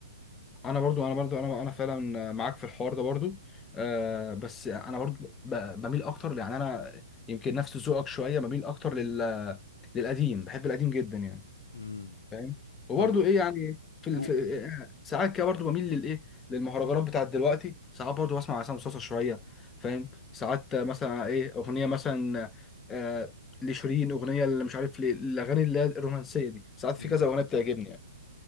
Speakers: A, on the left (about 20°); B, on the left (about 80°).
A: انا برضو انا برضو انا انا فعلا معاك في الحوار ده برضو آه بس انا برضو ب- بميل اكتر يعني انا يمكن نفس ذوقك شويه بميل اكتر لل للقديم بحب القديم جدا يعني
B: امم
A: فاهم وبرضه
B: طب
A: ايه يعني في, ال...
B: و...
A: في آه، ساعات كده برضه بميل للايه للمهرجانات بتاعت دلوقتي ساعات برضه بسمع عصام صاصا شويه فاهم ساعات مثلا ايه اغنيه مثلا آه لشيرين اغنيه اللي مش عارف ليه الاغاني اللي هي الرومانسيه دي ساعات في
B: امم
A: كذا اغنيه بتعجبني يعني